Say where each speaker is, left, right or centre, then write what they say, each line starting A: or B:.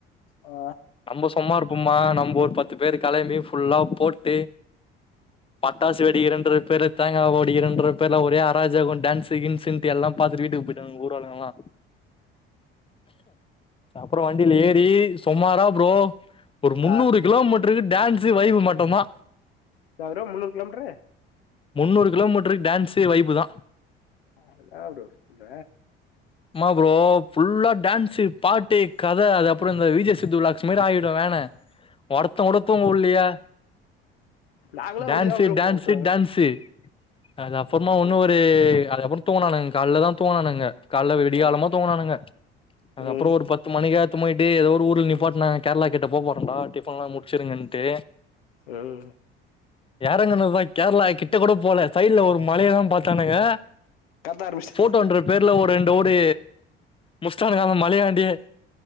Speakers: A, on the left; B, on the left.
A: ஆ
B: நம்ப சும்மா இருப்போமா நம்ப ஒரு பத் பத்து பேர் கெளம்பி ஃபுல்லா போட்டு பட்டாசு வெடிக்கிறன்ற பேருல தேங்கா ஓடிகின்ற பேர்ல ஒரே அராஜகோ டான்ஸு கின்ஸுட்டு எல்லா பாத்துட்டு வீட்டு போயிட்டாங்க ஊர் ஆளுங்கல்லா அப்பறோ வண்டியில ஏறி சும்மாரா ப்ரோ ஒரு முன்னூறு
A: ஆ ஆ
B: கிலோமீட்ருக்கு டான்ஸ்ஸு வைபு மட்டுதா
A: என்னா ப்ரோ முண்ணூரு கிலோமீட்ர்ரூ
B: முந்நூறு கிலோமீட்டருக்கு டான்ஸ் வைப்பு தா
A: ஆ ப்ரோ இந்த
B: ஆமா ப்ரோ ஃபுல்லா டான்ஸ்ஸு பாட்டு கத அது அப்புறோ இந்த விஜே சித்து விலாக்ஸ் மாரி ஆகிடு வேணு ஒருத்தன் கூட தூங்க உல்லையே
A: நாங்களும்
B: டான்ஸ்ஸு
A: அப்படிதான் ப்ரோ
B: டான்ஸ்ஸு
A: போவோம்
B: டான்ஸு அது அப்புறமா ஒண்ணு
A: ம்
B: ஒரு அதுகப்புறோ தூங்குணானுங்க கால்ல தா தூங்கனானுங்க கால்ல விடிகாலமா
A: ஓகே
B: தூங்கனானுங்க அதுகப்றோ
A: ம்
B: ஒரு பத்து மணிக்கா எத்துன் போயிட்டு ஏதோ ஒரு ஊர்ல நிப்பாட்னாங் கேரளா கிட்ட போ போறோன்டா டிஃபன்ல்லா முடிச்சிருங்கன்ட்டு
A: ம்
B: ஏறங்கனுதா கேரளா கிட் ட கூட போல சைடுல ஒரு மலையதா பாத்தானுங்க
A: கத்த ஆரம்பிச்சிட்டேன்
B: ஃபோட்டோன்ற பேருல ஒரு ரெண் டோடு முஷ்டானுங்க அந்த மலையான்டே